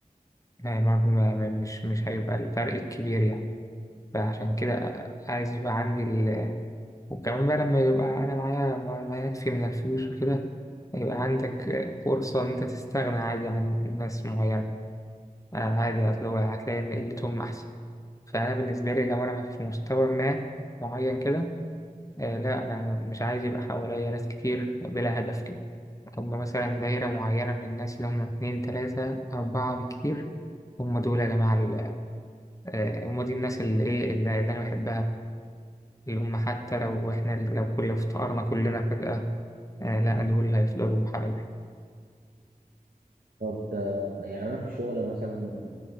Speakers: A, on the left; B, on the right.
A: آه برضه ما- ما- مش مش هيبقى الفرق الكبير يعني فعشان كده عايز يبقى عندي وكمان بقى لما يبقى أنا معايا ما ما يكفي من الفلوس وكده يبقى عندك آه، فرصة إن أنت تستغنى عادي عن ناس معينة آه، عادي أصل هو هتلاقي إن قلتهم أحسن فأنا بالنسبة لي لو أنا في مستوى ما معين كده آه، لا أنا مش عايز يبقى حواليا ناس كتير بلا هدف كده هما مثلا دايرة معينة من الناس اللي هما اتنين تلاتة أربعة بالكتير هم دول يا جماعة ال- آه، هم دي الناس اللي إيه اللي اللي أنا بحبها اللي هم حتى لو إحنا لو كل افتقرنا كلنا فجأة آه لا دول هيفضلوا حبايبي
B: طب يعني انا في الشغل مثلا